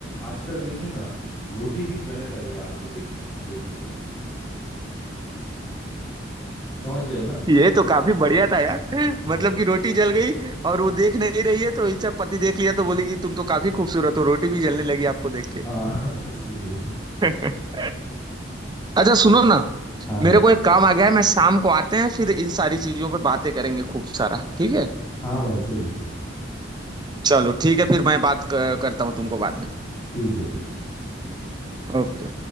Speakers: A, on the left (about 20°); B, on the right (about 25°).
A: आजकल देखिए ना रोटी भी जलने लगे हैं आपको देखने देखने के बाद समझ रहे हो ना
B: ये तो काफी बढ़िया था यार
A: हाँ
B: मतलब कि रोटी जल गई और वो देख नहीं रही है तो इसका पति देख लिया तो बोली कि तुम तो काफी खूबसूरत हो रोटी भी जलने लगी आपको देख के
A: हाँ <laughs> सही है
B: <laughs> अच्छा सुनो ना
A: हाँ
B: मेरे को एक काम आ गया है मैं शाम को आते हैं फिर इन सारी चीजों पे बातें करेंगे खूब सारा ठीक है
A: हाँ भाई सही है सही है
B: चलो ठीक है फिर मैं बात क- करता हूँ तुमको बाद में
A: ठीक है ठीक है
B: ओके